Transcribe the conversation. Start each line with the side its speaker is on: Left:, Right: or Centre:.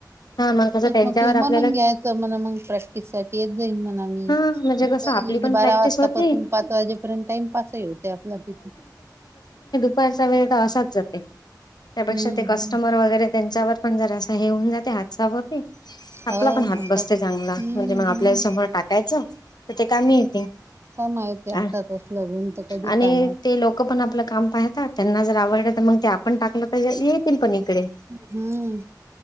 Left: हा कसं त्यांच्यावर
Right: मग
Left: आपल्याला
Right: म्हणून घ्यायचं म्हणा मग प्रॅक्टिस साठी येत जाईन म्हणा मी
Left: हा म्हणजे कसं आपली पण
Right: बारा
Left: प्रॅक्टिस
Right: वाजतापासून
Left: होते
Right: पाच वाजेपर्यंत टाइम पासही होते आपला तिथे
Left: सगळा वेळ असाच जातो त्यापेक्षा
Right: हम्म हम्म.
Left: कस्टमर वगैरे त्यांच्यावर पण जरासं हे होऊन जातं ते हात साप होते आपला
Right: हो
Left: पण हात
Right: मग
Left: बसते
Right: काय तर
Left: चांगला
Right: हम्म
Left: म्हणजे मग
Right: हम्म
Left: आपल्या समोर टाकायचं तर ते कामी येते
Right: काय माहीत ते हातात
Left: हम्म
Right: असलं गुण तर कधी
Left: आणि
Right: काम आहे
Left: ते लोक पण आपलं काम पाहतात त्यांना जर आवडलं तर मग ते आपण टाकलं तर येतील पण इकडे
Right: हम्म